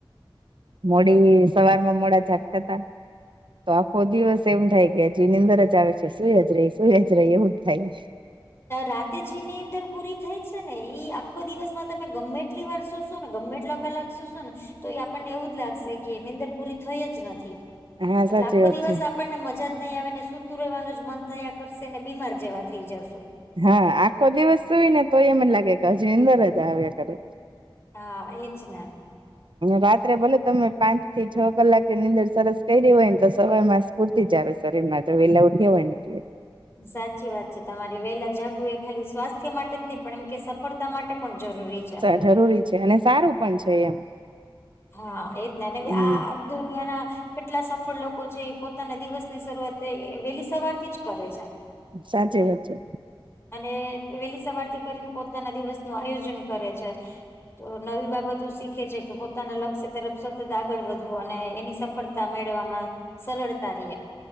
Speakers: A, on the right; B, on the left.
A: મોડી સવાર માં મોડા જાગતતા. તો આખો દિવસ એમ થાય કે હજુની અંદર જ આવે છે સુઈજ ર સુઈજ ર એવું જ થાય.
B: રાતે જે નીમંદર પૂરી થાય છે ને ઈ આખો દિવસમાં તમે ગમે કેટલી વાર શુંશો ને ગમે એટલા કલાક શુંશો ને તો આપણને એવું જ લાગશે કે નિંદર પૂરી થઈ જ નથી
A: હા
B: એટલે
A: સાચી
B: આખો
A: વાત
B: દિવસ
A: છે
B: આપણને મજા જ નહી આવે ને સૂતું રહેવાનું જ મન થયા કરશે ને બીમાર જેવા થઈ જશો.
A: હા આખો દિવસ સુય ને તો એમને લાગે કે હજી અંદર જ આવ્યા કરે.
B: હા એજનામ
A: રાત્રે ભલે તમે પાંચ થી છ કલાકેની અંદર સરસ કરી હોય ને તો સવાર માં સ્કૂરતી જ આવે શરીર માં તો વેલા ઉઠે હોય ને એટલે
B: સાચી વાત છે તમારી વહેલા જાગુ એ ખાલી સ્વાસ્થ્ય માટે જ નહી પણ એમ કે ફડતા માટે પણ જરૂરી છે
A: જરૂરી અને સારું પણ છે એમ
B: હા એ જ ના
A: હમ
B: આ દુનિયા ના કેટલા સફળ લોકો છે પોતાના દિવસ ની શરૂઆત વહેલી સવાર થી જ કરે છે
A: સાચી વાત છે
B: અને વહેલી સવારથી કરીને પોતાના દિવસ નું આયોજન કરે છે તો નવી બાબતો શીખે છે કે પોતાના લક્ષ્ય તરફ સતત આગળ વધવું અને એની સફળતા મેળવવામાં સરળતા રએ